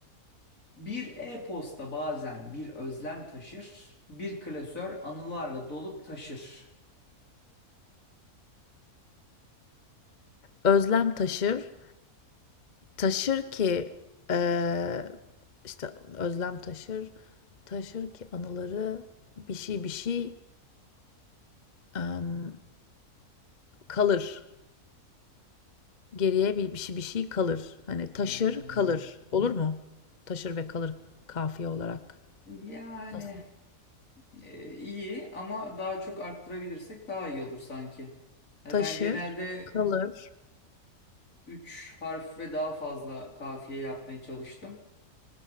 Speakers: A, on the left; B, on the left.
A: Bir e-posta bazen bir özlem taşır, bir klasör anılarla dolup taşır.
B: Özlem taşır, Taşır ki eee, işte Özlem taşır, taşır ki anıları bir şey bir şey em, kalır. Geriye bir, bir şey bir şey kalır. Hani
A: Anılarla.
B: taşır kalır. Olur mu? Taşır ve kalır kafiye olarak.
A: Yani
B: Nasıl?
A: e, iyi ama daha çok arttırabilirsek daha iyi olur sanki. Hani
B: Taşır
A: ben genelde
B: kalır.
A: e, 3 harf ve daha fazla kafiye yapmaya çalıştım.